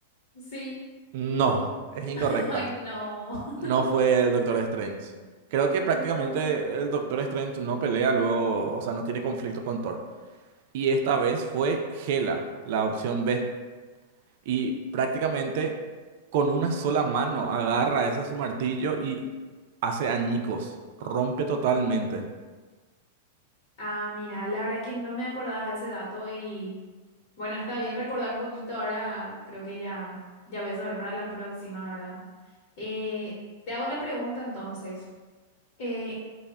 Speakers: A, on the left; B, on the right.
A: Sí.
B: No, es incorrecta.
A: <laughs> Ay, no. <laughs>
B: No fue el Doctor Strange. Creo que prácticamente
A: No.
B: el Doctor Strange no pelea luego, o sea, no tiene conflicto con Thor. y esta vez fue Gela, la opción B. Y prácticamente con una sola mano agarra ese su martillo y hace añicos, rompe totalmente.
A: Ah, mira, la verdad que no me acordaba de ese dato y Bueno, está bien recordar un poquito ahora, creo que ya, ya voy a saber para la próxima, ¿verdad? Eh, te hago la pregunta entonces. Eh,